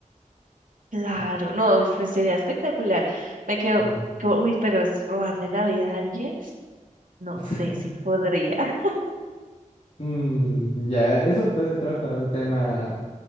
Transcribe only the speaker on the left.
Mm.
<laughs>
Mm, ya, eso puede entrar para un tema